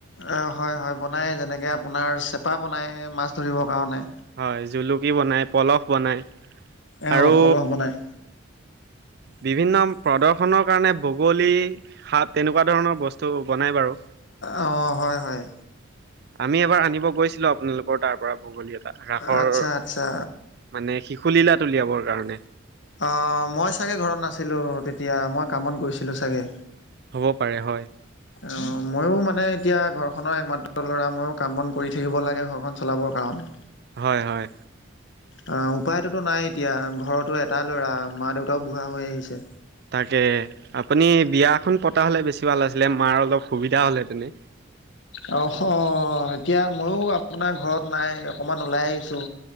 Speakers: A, on the left; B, on the right.
A: অ হয় হয় বনাই যেনেকে আপোনাৰ চেপা বনাই, মাছ ধৰিবৰ কাৰণে
B: হয় জুলুকি বনাই পলস বনাই
A: ওহ
B: আৰু
A: পলখ বনায়।
B: বিভিন্ন প্ৰদৰ্শনৰ কাৰণে বগলী, শাপ তেনেকুৱা ধৰণৰ বস্তু বনায় বাৰু।
A: অ হয় হয়।
B: আমি এবাৰ আনিব গৈছিলোঁ আপোনালোকৰ তাৰ পৰা বগলী এটা ৰাসৰ
A: আচ্ছা, আচ্ছা।
B: মানে শিশুলীলাত উলিয়াবৰ কাৰণে।
A: অ মই চাগৈ ঘৰত নাছিলোঁ তেতিয়া মই কামত গৈছিলোঁ চাগে।
B: হ'ব পাৰে হয়।
A: অ ময়ো মানে এতিয়া ঘৰখনৰ একমাত্ৰ ল'ৰা ময়ো কাম বন কৰি থাকিব লাগে ঘৰখন চলাবৰ কাৰণে
B: হয় হয়।
A: অ উপায়টোতো নাই এতিয়া ঘৰতো এটা ল'ৰা মা দেউতাও বুঢ়া হৈ আহিছে।
B: তাকে আপুনি বিয়া এখন পতা হ'লে বেছি ভাল আছিলে মাৰ অলপ সুবিধা হ'ল হেতেনে।
A: অ এতিয়া ময়ো আপোনাৰ ঘৰত নাই অকমান ওলাই আহিছোঁ।